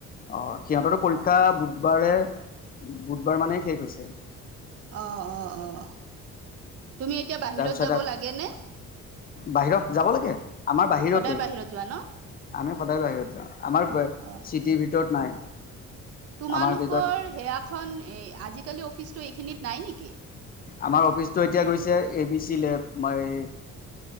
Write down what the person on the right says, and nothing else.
অঁ অঁ অঁ তুমি এতিয়া বাহিৰত
যাব লাগে নে?
সদায় বাহিৰত যোৱা ন?
অ
তোমালোকৰ
সেয়াখন আজিকালি অফিচটো এইখিনিত নাই নেকি?